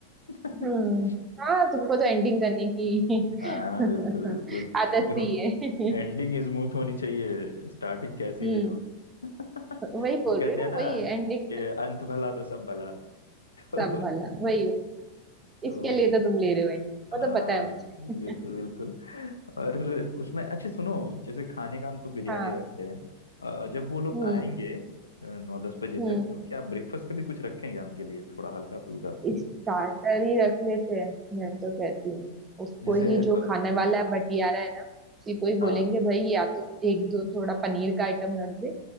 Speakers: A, on the left; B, on the right.
A: <laughs>
B: हम्म हाँ तुमको तो एंडिंग करने की
A: हाँ
B: <laughs>
A: बिल्कुल बिल्कुल
B: आदत
A: देखो
B: सी है <laughs>
A: एंडिंग स्मूथ होनी चाहिए स्टार्टिंग कैसी
B: हम्म
A: भी हो <laughs>
B: वही
A: वो
B: बोल
A: कहते
B: रही हूँ
A: हैं
B: ना
A: ना
B: वही एंडिंग
A: कि अंत भला तो सब भला <laughs> तो,
B: सब भला वही हो।
A: तो
B: इसके
A: वो
B: लिए
A: है
B: तो तुम ले रहे हो एंटी वो
A: हाँ
B: तो पता है मुझे
A: बिल्कुल बिल्कुल और उसमें अच्छा सुनो जैसे खाने का हम तो बिरयानी
B: <laughs> हाँ
A: रख रहे हैं अ, जब वो लोग
B: हम्म
A: आएंगे अ, नौ दस बजे
B: हम्म
A: तक तो क्या ब्रेकफास्ट का भी कुछ रखेंगे उनके लिए थोड़ा हल्का फुल्का
B: स्टार्टर ही रख लेते हैं मैं तो कहती हूँ उसको
A: जैसे
B: ही जो
A: अ,
B: खाने वाला है बटियारा है ना उसी को ही बोलेंगे
A: हाँ
B: भाई या तो एक दो थोड़ा पनीर का आइटम रख दे